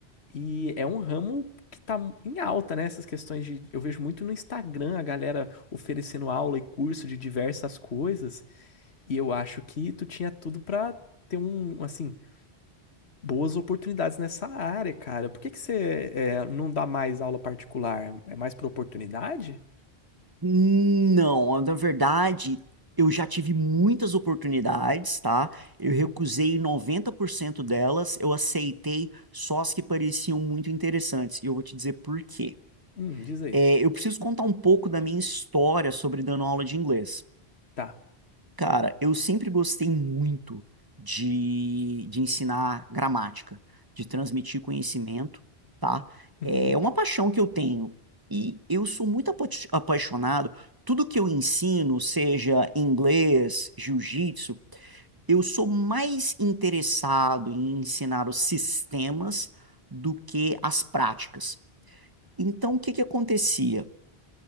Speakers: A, on the left; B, on the right.
A: e é um ramo que tá em alta, né? Essas questões de. Eu vejo muito no Instagram a galera oferecendo aula e curso de diversas coisas e eu acho que tu tinha tudo pra ter um, assim. boas oportunidades nessa área, cara. Por que que você é, não dá mais aula particular? É mais por oportunidade?
B: Não, na verdade, eu já tive muitas oportunidades, tá? Eu
A: Aham.
B: recusei 90% delas, eu aceitei só as que pareciam muito interessantes. E eu vou te dizer por quê.
A: Hum, diz aí.
B: É, eu preciso contar um pouco da minha história sobre dando aula de inglês.
A: Tá.
B: Cara, eu sempre gostei muito de, de ensinar gramática, de transmitir conhecimento, tá?
A: Uhum,
B: É é uma paixão que eu tenho e eu sou muito apa- apaixonado. Tudo que eu ensino, seja inglês, jiu-jitsu, eu sou mais interessado em ensinar os sistemas do que as práticas. Então, o que que acontecia?